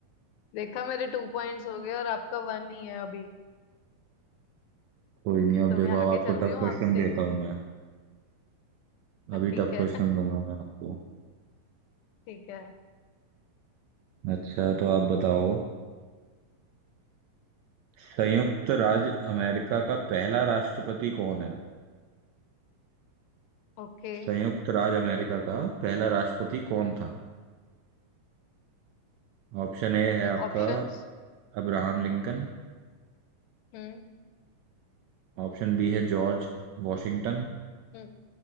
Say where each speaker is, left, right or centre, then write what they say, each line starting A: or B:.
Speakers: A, on the left (about 85°); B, on the right (about 85°).
A: देखा मेरे टू पॉइंट्स हो गए और आपका वन ही है अभी
B: कोई नहीं अब
A: तो
B: देखो
A: मैं आगे
B: अब आपको
A: चल रही
B: टफ
A: हूँ
B: क्वेश्चन
A: आपसे
B: देता हूँ मैं
A: हाँ,
B: अभी
A: ठीक
B: टफ
A: है
B: क्वेश्चन दूंगा मैं आपको
A: ठीक है
B: अच्छा तो आप बताओ संयुक्त राज्य अमेरिका का पहला राष्ट्रपति कौन है
A: Okay
B: संयुक्त राज्य अमेरिका का पहला राष्ट्रपति कौन था ऑप्शन ए है आपका
A: Options
B: अब्राहम लिंकन
A: Hmm
B: ऑप्शन बी है George Washington
A: Hmm